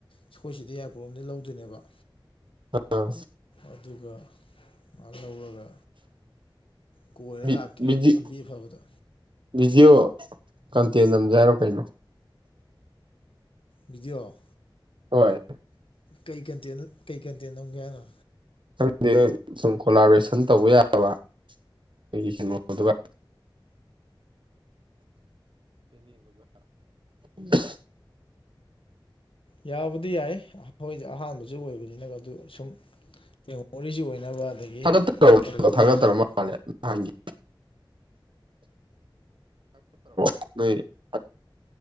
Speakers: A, on the left; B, on the right.
A: ꯁꯈꯣꯏꯁꯤꯗ ꯌꯥ ꯄ꯭ꯔꯣꯝꯗꯤ ꯂꯧꯗꯣꯏꯅꯦꯕ꯫
B: ꯑꯥ꯫
A: ꯑꯗꯨꯒ ꯃꯥ ꯂꯧꯔꯒ ꯀꯣꯏꯔ
B: ꯕꯤ
A: ꯂꯥꯛꯀꯦ
B: ꯕꯤꯖꯤ
A: ꯂꯝꯕꯤ ꯑꯐꯕꯗ
B: ꯕꯤꯖꯤꯑꯣ ꯀꯥꯟꯇꯦꯟ ꯅꯝꯖꯦ ꯍꯥꯏꯔꯣ ꯀꯩꯅꯣ꯫
A: ꯕꯤꯗꯤꯑꯣ꯫
B: ꯍꯣꯏ꯫
A: ꯀꯩ ꯀꯟꯇꯦꯟ ꯀꯩ ꯀꯟꯇꯦꯟ ꯅꯝꯒꯦ ꯍꯥꯏꯅꯣ꯫
B: ꯈꯪꯗꯦꯍꯦ ꯁꯨꯝ ꯀꯣꯂꯥꯕꯔꯦꯁꯟ ꯇꯧꯕ ꯌꯥꯕ꯫ ꯑꯩꯒꯤ ꯑꯗꯨꯒ꯫ <unintelligible>
A: ꯌꯥꯕꯨꯗꯤ ꯌꯥꯏ ꯑꯩꯈꯣꯏꯗꯤ ꯑꯍꯥꯟꯕꯁꯨ ꯑꯣꯏꯕꯅꯤꯅ ꯑꯗꯨ ꯁꯨꯝ꯫ ꯃꯦꯃꯣꯔꯤꯁꯨ ꯑꯣꯏꯅꯕ꯫ ꯑꯗꯒꯤ
B: ꯊꯥꯒ
A: ꯁꯨꯝ ꯇꯧꯍꯧꯕꯗꯤ
B: ꯊꯥꯒꯠꯇꯔ
A: ꯌꯥꯕꯖꯥꯠꯅꯤ
B: ꯃꯥꯜꯂꯦ ꯅꯍꯥꯟꯒꯤ꯫ <unintelligible>